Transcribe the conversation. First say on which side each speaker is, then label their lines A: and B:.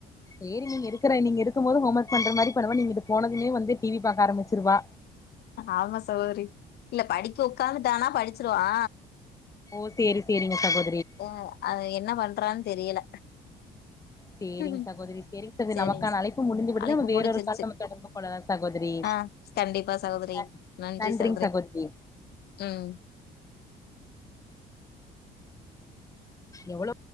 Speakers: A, on the left (about 20°); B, on the left (about 70°).
A: சேரி நீங்க இருக்கற நீங்க இருக்கு போது ஹோம் ஒர்க் பண்ற மாதிரி ப நீங்க இங்கிட்டு போனதுமே வந்து டி வி பாக்க ஆரம்பிச்சிருவா
B: ஆமா சகோதரி இல்ல படிக்க உக்காந்துட்டானா படிச்சிருவா
A: ஓ சரி சரிங்க சகோ
B: ம் அவ என்ன பண்றான் தெரியல
A: சேரிங்
B: ம்ஹும்.
A: சகோதரி சேரிங்
B: சரிங்க
A: நமக்கான அழைப்பு முடிஞ்சு விடுது
B: அழைப்பு
A: வேறொரு
B: புடிச்சிருச்சு
A: கால் நம்ம தொடர்பு கொள்ளலா சகோதரி
B: ஆ கண்டிப்பா சகோதரி
A: ந
B: நன்றி
A: நன்றிங்
B: சகோதரி
A: சகோதிரி
B: ம்
A: எவ்வளொ